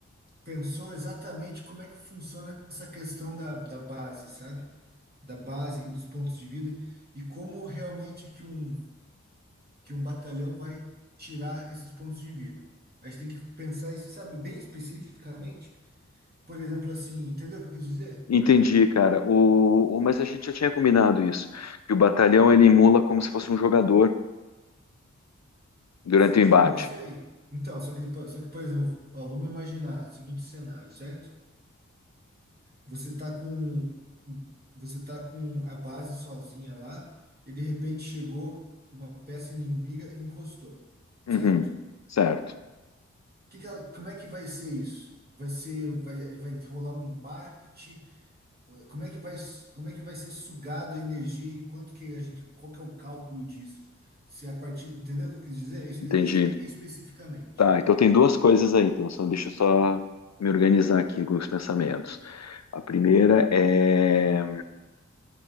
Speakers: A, on the right; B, on the left.
A: pensou exatamente como é que funciona essa questão da, da base, sabe? da base e dos pontos de vida e como realmente que um que um batalhão vai tirar esses pontos de vida. A gente tem que pensar isso, sabe, bem especificamente. Por exemplo, assim, entendeu o que eu quis dizer?
B: Entendi, cara. O, o- mas a gente já tinha combinado isso, que o batalhão ele emula como se fosse um jogador durante
A: Sim,
B: o embate.
A: eu sei. Então, só que depois, só que por exemplo, ó, vamos imaginar o seguinte cenário, certo? Você tá com você tá com a base sozinha lá e de repente chegou uma peça inimiga e encostou,
B: Uhum,
A: certo?
B: certo,
A: que que ela- como é que vai ser isso? Vai ser, vai, vai rolar um embate? Como é que vai, como é que vai ser sugado a energia e quanto que a gente, qual que é o cálculo disso? Se a partir, entendeu o que eu quis dizer? Isso
B: entendi.
A: daí que a gente tem que ver especificamente.
B: Tá, então tem duas coisas aí, então só, deixa eu só me organizar aqui com os pensamentos. A primeira é